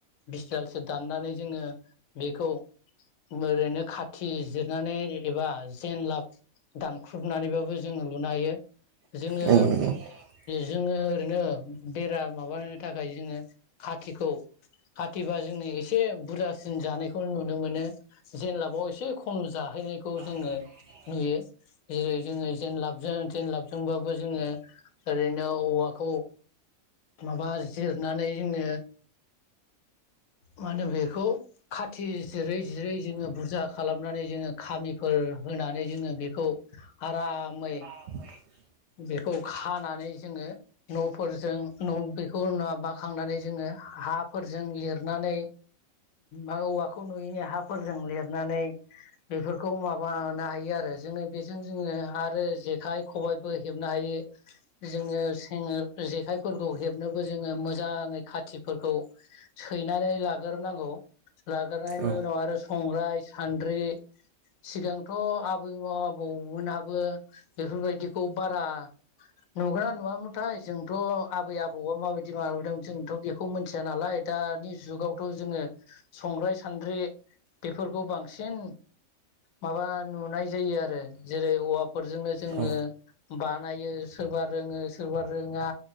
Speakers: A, on the left; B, on the right.
A: बिसदालसो दाननानै जोङो बेखौ ओरैनो खाथि जिरनानै एबा जेन लाब दानख्रुबनानैबाबो जोङो लुनो हायो जोङो
B: औ औ नंगौ
A: जोङो ओरैनो बेरा माबानो थाखाय जोङो खाथिखौ खाथिबा जोंनि एसे बुरजासिन जानायखौ नुनो मोनो जेनलाबाव एसे खम जाहैनायखौ जोङो
B: औ औ
A: नुयो जेरै जोङो जेन लाबजों जेनलाब जोङो ओरैनो औवाखौ माबा जिरनानै जोङो मा होनो बेखौ खाथि जिरै जिरै जोङो बुरजा खालामनानै जोङो खामिफोर होनानै जोङो बेखौ आरामै
B: <inaudible>
A: बेखौ खानानै जोङो न'फोरजों न' बेखौ बाखांनानै जोङो हाफोरजों लिरनानै औवाखौ नुयैनि हाफोरजों लिरनानै बेफोरखौ माबानो हायो आरो जोङो बेजों जोङो आरो जेखाइ खबाइ हेबनो हायो जोङो जेखाइफोरखौ हेबनोबो जोङो मोजाङै खाथि फोरखौ सैनानै लाग्रोनांगौ लाग्रनायनि
B: औ
A: उनाव आरो संग्राइ सान्द्रि सिगांथ' आबैमोन आबौमोनहाबो बेफोरबायदिखौ बारा नुगोनना नुवामोनथाय जोंथ' आबै आबौआ माबायदि माबादों जोंथ' बेखौ मिथिया नालाय दानि जुगावथ' जोङो संग्राय सान्द्रि बेफोरखौ बांसिन माबा नुनाय जायो आरो जेरै औवाफोरजोंनो जोङो
B: औ
A: बानायो सोरबा रोङो सोरबा रोङा